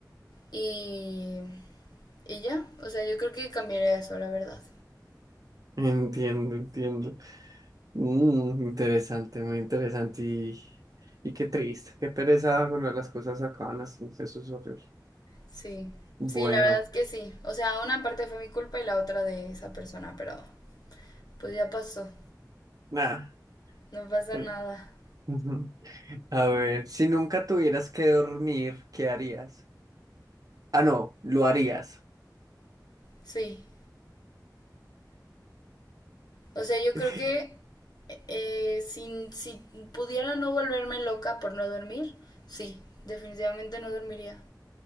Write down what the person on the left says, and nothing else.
Y, y ya, o sea, yo creo que cambiaría eso, la verdad.
Sí,
sí, la verdad que sí. O sea, una parte fue mi culpa y la otra de esa persona, pero pues ya pasó,
no pasa
nada.
Sí, o sea, yo
creo que eh, si, si pudiera no volverme loca por no dormir, sí, definitivamente no dormiría.